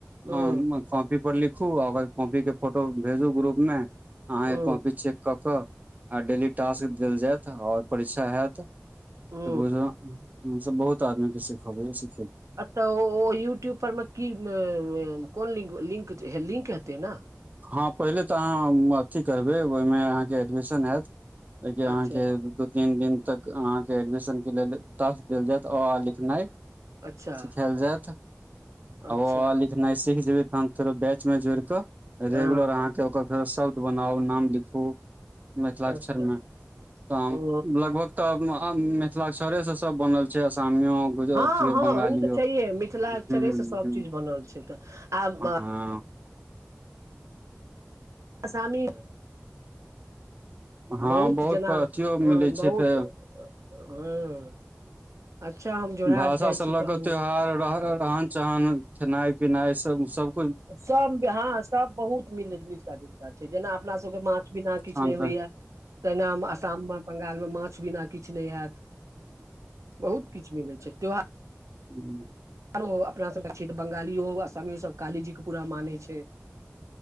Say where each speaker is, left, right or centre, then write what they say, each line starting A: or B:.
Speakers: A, on the right (about 85°); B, on the right (about 35°).
A: हँ
B: हम। कॉपी पर लिखु ओकर कॉपी के फोटो भेजू ग्रुप मे अहाँकेँ
A: ओ
B: कॉपी चेक कऽ आ डेली टास्क देल जायत आओर परीक्षा हत
A: ओ
B: तऽ बुझलो हम सभ बहुत आदमी के सिखेबेख छी
A: तऽ यूट्यूब पर मे कि कोन लिक हेतै ने
B: हँ पहिले तऽ अहाँ अथी करबै ओहिमे अहाँकेँ एडमिशन हयत ओइ के अहाँ
A: अच्छा
B: के विद्युत तीन दिन तक अहाँके एडमिशन के लेल टाकस देल जायत अ आ लिखनाइ
A: अच्छा
B: सिखएल जएत अ
A: अच्छा
B: आ लिखनाइ सीख जेबै तहन फेरो बैचमे जोड़ि कऽ
A: हँ
B: रेगुलर अहाँके ओकर फेरो शौत बनाउ नाम लिखू मिथिला
A: अच्छा
B: अकक्षरमे तऽ
A: ओ
B: लगभग तबअम मिथिला अक्षरे स सब बनल छै आसामियो गुजरातीयो
A: हँ हँ
B: बंगालीयो
A: ओ तऽ छैहे मिथिलाक्षरे
B: हूँ
A: से सब
B: हूँ
A: चीज बनल छै तऽ आब अ,
B: हँ
A: असामी मे
B: हँ
A: बहुत जेना
B: पर अथियो मिलै छै
A: बहुत
B: फेर
A: हँ अच्छा हम जोरहाट
B: भाषाँ
A: जाइ छी
B: लऽ
A: तहन
B: कऽ त्यौहार रह रहन सहन खेनाइ पिनाइ सब उसब
A: सब हॅं सब बहुत मिलती मिथिला जेना अपना सबके माछ बिना किछु
B: हँ
A: नै
B: तऽ
A: होइहा तेना आसाममे बंगाल मे माछ बिना किछु नै हएत बहुत किछु मिलै छै त्योहा
B: हूँ
A: आरो अपना सबके छियै तऽ बंगालियो आसामियो सब काली जी के पूरा मानै छै